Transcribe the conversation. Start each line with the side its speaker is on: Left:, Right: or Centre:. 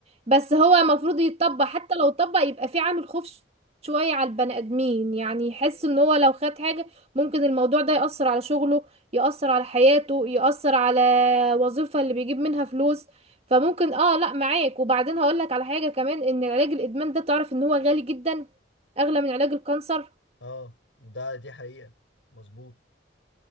Right: بس هو المفروض يتطبق حتى لو اتطبق يبقى في عامل خوف شوية على البني آدمين يعني يحس ان هو لو خد حاجة ممكن الموضوع ده يأثر على شغله يأثر على حياته يأثر على وظيفة اللي بيجيب منها فلوس فممكن اه لا معاك وبعدين هقولك على حاجة كمان ان علاج الإدمان ده تعرف ان هو غالي جدا أغلى من علاج الكانسر
Left: اه ده دي حقيقة مظبوط